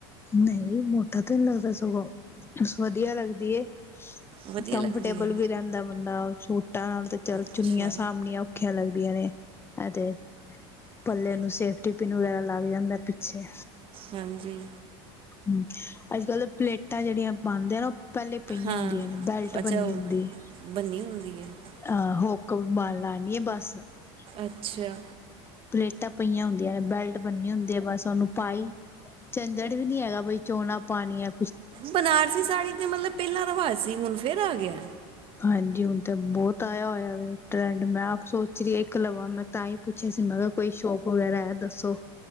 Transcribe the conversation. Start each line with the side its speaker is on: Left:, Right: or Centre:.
Left: ਨਹੀਂ ਮੋਟਾ ਤੇ ਨਹੀਂ ਲੱਗਦਾ ਸਗੋਂ ਵਧੀਆ ਲੱਗਦੀ ਏ
Right: ਵਧੀਆ
Left: ਕੰਫਰਟੇਬਲ
Right: ਲੱਗਦੀ ਹੈ
Left: ਵੀ ਰਹਿੰਦਾ ਬੰਦਾ ਸੂਟਾਂ ਨਾਲ ਤੇ ਚੱਲ
Right: ਅੱਛਾ
Left: ਚੁੰਨੀਆਂ ਸਾਹਮਣੀਆਂ ਔਖੀਆਂ ਲੱਗਦੀਆਂ ਨੇ ਅਤੇ ਪੱਲੇ
Right: ਨੇ
Left: ਨੂੰ ਸੇਫਟੀ ਪਿੰਨ ਵਗੈਰਾ ਲੱਗ ਜਾਂਦਾ ਪਿ ਛੇ
Right: ਹਾਂਜੀ
Left: ਹਮ ਅੱਜ ਕੱਲ ਓ ਪਲੇਟਾਂ ਜਿਹੜੀਆਂ ਪਾਉਦੇ ਆ ਨਾ ਉਹ ਪਹਿਲੇ ਪਹੀਆਂ
Right: ਹਾਂ
Left: ਹੁੰਦੀਆਂ ਨੇ ਬੈਲਟ
Right: ਅੱਛਾ
Left: ਬਣਨੀ
Right: ਉਹ
Left: ਹੁੰਦੀ ਏ
Right: ਬੰਨੀ ਹੁੰਦੀ ਹੈ ਬੰਨੀ
Left: ਅਹ ਹੁਕ ਮਨ ਲਾਣੀ ਹੈ ਬਸ <unintelligible>
Right: ਅੱਛਾ
Left: ਪਲੇਟਾਂ ਪਈਆਂ ਹੁੰਦੀਆਂ ਨੇ ਬੈਲਟ ਬੰਨੇ ਹੁੰਦੇ ਆ ਬਸ ਉਹਨੂੰ ਪਾਈ ਜੰਜਟ ਵੀ ਨੀ ਹੈਗਾ ਬਈ ਚੋਣਾਂ ਪਾਣੀ ਹੈ
Right: ਬਨਾਰਸੀ ਸਾੜੀ ਤੇ ਮਤਲਬ ਪਹਿਲਾ ਰਿਵਾਜ਼ ਸੀ ਹੁਣ ਫੇਰ ਆ ਗਿਆ
Left: ਹਾਂਜੀ ਹੁਣ ਤੇ ਬਹੁਤ ਆਇਆ ਹੋਇਆ ਵ ਟਰੈਂਡ ਮੈਂ ਆਪ ਸੋਚ ਰਹੀ ਇੱਕ ਲਵਾ ਮੈਂ ਤਾਂ ਹੀ ਪੁੱਛਿਆ ਸੀ ਮੈਂ ਕਿਹਾ ਕੋਈ ਸ਼ੋਪ ਵਗੈਰਾ ਹੈ ਦੱਸੋ